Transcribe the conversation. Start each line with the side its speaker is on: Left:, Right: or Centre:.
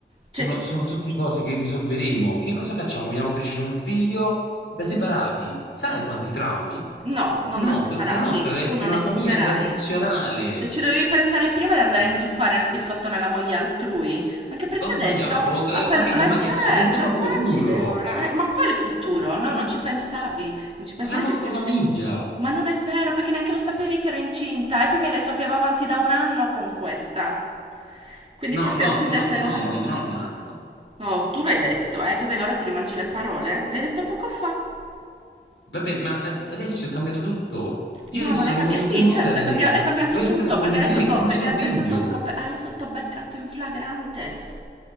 Left: Sono
Right: Cioè,
Left: sono tutte cose che risolveremo. Che cosa facciamo? Vogliamo crescere un figlio da separati? Sai quanti traumi?
Right: No, non
Left: No,
Right: da separarti,
Left: do- la nostra deve
Right: tu
Left: essere
Right: non
Left: una
Right: esisterai.
Left: famiglia tradizionale.
Right: E ci dovevi pensare prima di andare a inzuppare nel biscotto nella moglie altrui? Anche perché
Left: Ho sbagliato,
Right: adesso,
Left: ho, ho
Right: appena...
Left: capito, ma
Right: Eh
Left: adesso
Right: certo,
Left: pensiamo
Right: è
Left: al futuro,
Right: facile ora. Eh, ma quale futuro? No, non ci pensavi. Non ci pensavi
Left: alla nostra
Right: perché se ci
Left: famiglia.
Right: avessi... Ma non è vero, perché neanche lo sapevi che ero incinta. E poi mi hai detto che va avanti da un anno con questa. Quindi
Left: No,
Right: proprio
Left: no,
Right: cos'è
Left: no,
Right: per
Left: no,
Right: una...
Left: no, no, no, no.
Right: Oh, tu l'hai detto, eh? Cos'è? Ora ti rimangi le parole? L'hai detto poco fa.
Left: Vabbè, ma ad- adesso è cambiato tutto.
Right: No,
Left: Io adesso
Right: non è
Left: non
Right: cambiato.
Left: voglio
Right: Sì,
Left: più nulla
Right: certo,
Left: da
Right: è cambia-
Left: lei.
Right: è
Left: vo-
Right: cambiato
Left: Voglio
Right: tutto
Left: stare con
Right: perché adesso
Left: te,
Right: t'ho
Left: con nostro
Right: perché adesso
Left: figlio.
Right: t'ho scop- adesso t'ho beccato in flagrante.